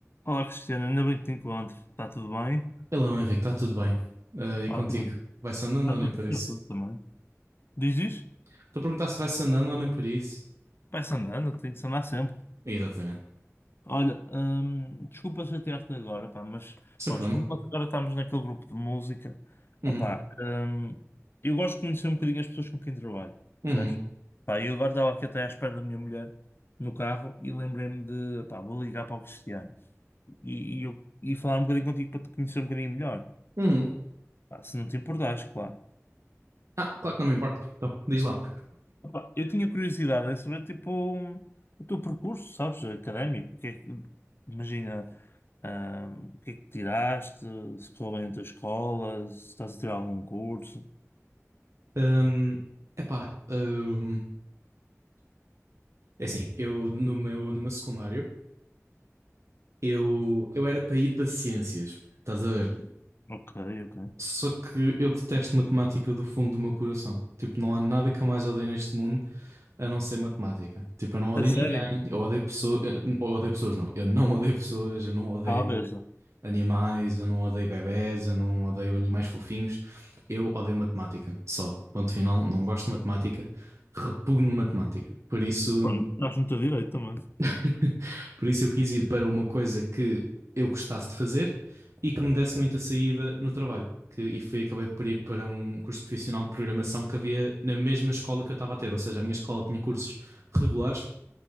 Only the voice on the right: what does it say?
Hello, Henrique, está tudo bem? Ah, e
contigo? Vai-se andando
ou nem
por isso?
Estou a perguntar se vai-se andando ou nem por isso.
Exatamente.
Sem
problema.
Uhum,
uhum,
uhum.
Ah, claro que não me importa. Então, diz lá.
Ahm, epá, ahm, é assim, eu no meu, no meu secundário, eu, eu era para ir para ciências, estás a ver?
Só que eu detesto matemática do fundo do meu coração. Tipo, não há nada que eu mais odeio neste mundo a não ser matemática. Tipo, eu não odeio
ninguém, eu odeio pessoas, eu odeio pessoas não, eu não odeio pessoas, eu não odeio
animais, eu não odeio bebés, eu não odeio animais fofinhos, eu odeio matemática, só. Ponto final, não gosto de matemática, repugno matemática. Por isso,
<laughs> por isso eu quis ir para uma coisa que eu gostasse de fazer e que me desse muita saída no trabalho. Que, e fui, acabei por ir para um curso profissional de programação que havia na mesma escola que eu estava a ter, ou seja, a minha escola tinha cursos regulares